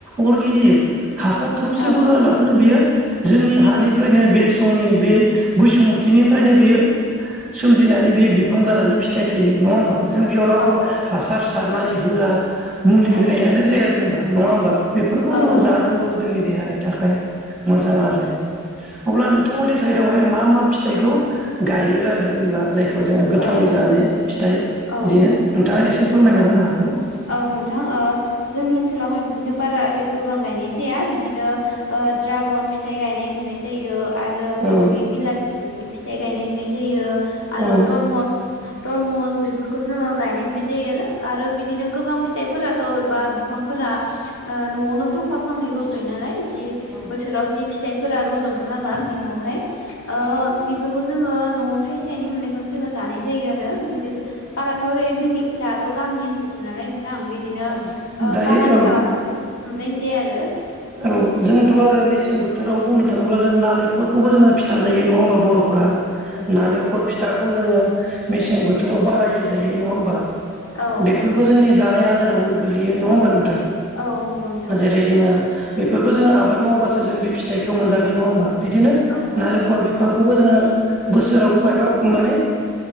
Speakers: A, in the centre; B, on the left.
A: अर्गेनिक हासार थोबसिबो
B: औ
A: होआलाखानो बियो जोंनि हानिफ्रायनो बे समनि बे बैसुमुथिनिफ्रायनो बेयो सोमजिनानै बे बिफां जानानै फिथाइ थायो नङा होमबा? जों बेयाव रावबो
B: औ
A: हासार सारनानै होआ मुलि
B: औ
A: होनायानो जाया जेनेबा नङा होमबा? बेफोरखौ
B: औ
A: जोङो जानांगौ
B: नंगौ नोंथां
A: जोंनि देहानि थाखाय मोजां आरो। अब्ला नोंथांमोननि साइदआवहाय मा मा फिथाइखौ गायो आरो जेनेबा जायखौ बेखौ जोङो गोथाङै
B: औ
A: जानाय फिथाइ
B: औ
A: बिदिनो नोंथाङा एसे फोरमायना होनो हागोन ना?
B: औ नोंथां ओ जोंनि ओनसोलावहाय बिदिनो बारा ओरै गोबां गायनाय जाया बिदिनो ओ ड्रागन फिथाइ गायनाय नुनाय जायो‌। आरो बैग्रि
A: औ
B: बिलासि फिथाइ गायनाय होननाय जायो आरो
A: औ
B: तरमस तरमस बेफोरखौ जोङो गायनाय नुनाय जायो आरो बिदिनो गोबां फिथाइफोराथ' बा बिफांफोरा ओ न'आवनो फांफा फांनै रज'यो नालाय। जि
A: औ
B: बोथोराव जि फिथाय फोरा रज'नो लागा बेयावहाय ओ बेफोरखौ जोङो न'आवनो थाइसे थाइनै मोननायखौनो जोङो जा नाय जायो आरो बिदिनो बाराथ' ओरै जोंनि दाथ' गामि ओनसोलसो नालाय। नोंथां बिदिनो
A: औ
B: ओ
A: दायो
B: बागान
A: औ
B: खालामनाय मोननायनोसै आरो।
A: औ जोंथ' आरो मेसें बोथोराव बुंनो। थाङोब्ला जों नालेंखरखौबो जोङो फिथा जायो नङा होमबा बर'फोरा
B: आरो
A: नालेंखर फिथा खौ जोङो मेसें बोथोराव बारायै जायो नङा होमबा?
B: औ
A: बेफोरबो जोंनि जानाया आदारावनो गोलैयो नङा होनबा नोंथां?
B: औ नंगौ नोंथां
A: जेरै जोङो बेफ फोरखौ जों आबाद मावबासो जों बे फिथाइखौ मोनजागोन, नङा होमबा? बिदिनो
B: औ
A: नालेंखर‌ बिफां बेखौबो जोङो बोसोराव माबा माने